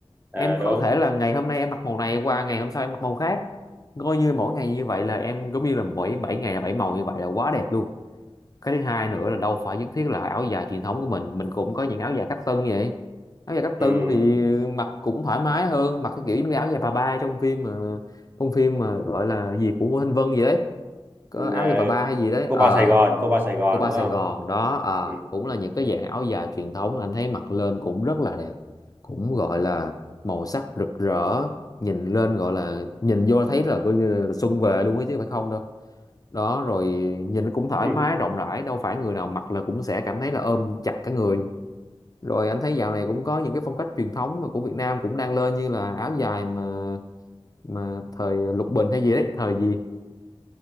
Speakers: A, on the right; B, on the left.
A: ờ,
B: em
A: đúng
B: có thể là ngày hôm nay em mặc màu này qua ngày hôm sau em mặc màu khác coi như mỗi ngày như vậy là em giống như là mỗi 7 ngày là bảy màu như vậy là quá đẹp luôn cái thứ hai nữa là đâu phải nhất thiết là áo dài truyền thống của mình mình cũng có những áo dài cách tân như vậy áo dài cách
A: ừ
B: tân thì mặc cũng thoải mái hơn mặc cái kiểu như áo dài bà ba trong phim mà trong phim mà gọi là gì của Ngô Thanh Vân gì đấy có áo
A: ờ,
B: dài bà ba hay gì đấy
A: cô
B: ờ
A: ba Sài Gòn cô ba Sài Gòn
B: của ba
A: đúng
B: Sài
A: không
B: Gòn đó ờ
A: ừ.
B: cũng là những cái dạng áo dài truyền thống anh thấy mặc lên cũng rất là đẹp cũng gọi là màu sắc rực rỡ nhìn lên gọi là nhìn vô thấy là coi như là xuân về luôn ấy chứ phải không đâu đó rồi nhìn cũng thoải
A: Ừ.
B: mái rộng rãi đâu phải người nào mặc là cũng sẽ cảm thấy là ôm chặt cả người rồi anh thấy dạo này cũng có những cái phong cách truyền thống mà của Việt Nam cũng đang lên như là áo dài mà mà thời Lục Bình hay gì đấy thời gì